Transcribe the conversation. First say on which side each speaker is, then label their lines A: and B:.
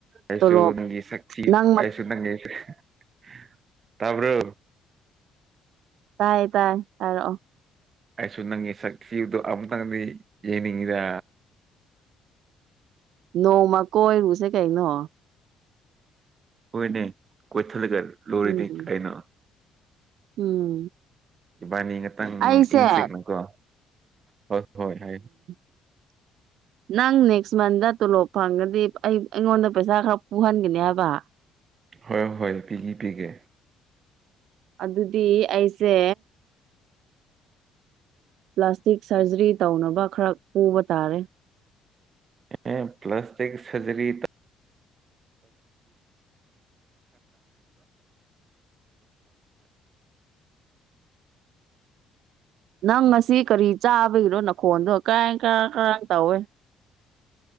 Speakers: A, on the right; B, on the right.
A: ꯑꯩꯁꯨ
B: ꯇꯣꯂꯣꯞ
A: ꯅꯪꯒꯤ ꯁꯛ ꯊꯤ
B: ꯅꯪ ꯃꯠ
A: ꯑꯩꯁꯨ <unintelligible> ꯇꯥꯕ꯭ꯔꯣ
B: ꯇꯥꯏꯌꯦ ꯇꯥꯏꯌꯦ ꯍꯥꯏꯔꯛꯑꯣ
A: ꯑꯩꯁꯨ ꯅꯪꯒꯤ ꯁꯛ ꯊꯤꯕꯗꯣ ꯑꯃꯝꯛꯇꯪꯗꯤ ꯌꯦꯡꯅꯤꯡꯉꯤꯗ꯫
B: ꯅꯣꯡꯃ ꯀꯣꯏꯔꯨꯖꯦ ꯀꯩꯅꯣ
A: ꯍꯣꯏꯅꯦ ꯀꯣꯏꯊꯠꯂꯒ ꯂꯣꯏꯔꯗꯤ
B: ꯎꯝ
A: ꯀꯩꯅꯣ
B: ꯎꯝ
A: ꯏꯕꯥꯅꯤ ꯉꯇꯪ
B: ꯑꯩꯁꯦ
A: ꯏꯪ ꯆꯤꯛꯅꯀꯣ ꯍꯣꯏ ꯍꯣꯏ ꯍ
B: <unintelligible> ꯅꯪ ꯅꯦꯛꯁ ꯃꯟꯗ ꯇꯣꯂꯣꯞ ꯐꯪꯒꯗꯤ ꯑꯩ ꯑꯩꯉꯣꯟꯗ ꯄꯩꯁꯥ ꯈꯔ ꯄꯨꯍꯟꯒꯅꯦ ꯍꯥꯏꯕ <unintelligible>
A: ꯍꯣꯏ ꯍꯣꯏ ꯄꯤꯒ ꯄꯤꯒꯦ
B: ꯑꯗꯨꯗꯤ ꯑꯩꯁꯦ ꯄ꯭ꯂꯥꯁꯇꯤꯛ ꯁꯔꯖꯔꯤ ꯇꯧꯅꯕ ꯈꯔ ꯄꯨꯕ ꯇꯥꯔꯦ
A: ꯑꯦ ꯄ꯭ꯂꯥꯁꯇꯤ ꯁꯔꯖꯔꯤ
B: ꯅꯪ ꯉ ꯀꯔꯤ ꯆꯥꯕꯒꯤꯅꯣ ꯅꯈꯣꯟꯗꯣ ꯀꯔꯥꯏ ꯀꯔꯥꯡ ꯀꯔꯥꯡ ꯇꯧꯏꯦ